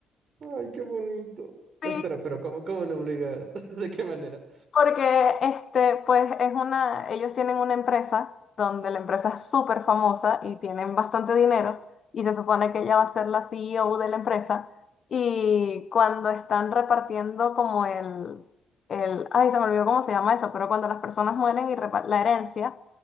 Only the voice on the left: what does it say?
Sí.
Porque este, pues es una, ellos tienen una empresa donde la empresa es súper famosa y tienen bastante dinero y se supone que ella va a ser la CEO de la empresa y cuando están repartiendo como el, el, ay, se me olvidó cómo se llama eso, pero cuando las personas mueren y repa- la herencia,